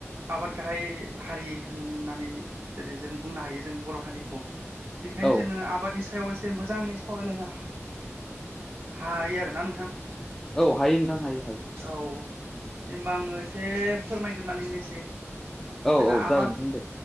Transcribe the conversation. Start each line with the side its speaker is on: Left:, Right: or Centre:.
Right: आबाद गाहाय हारि होननानै जेरै जों बुंनो हायो जों बर' हारिखौ बेनिखायनो
Centre: औ
Right: जो आबादनि सा सायाव एसे मोजाङै सावरायलायनो हा -हायो आरोना नोंथां?
Centre: औ हायो नोंथां हायो हायो।
Right: औ जेनबा आङो एसे फोरमायग्रोनानै होनोसै। जोंना
Centre: औ औ
Right: आबाद
Centre: जागोन नोंथां दे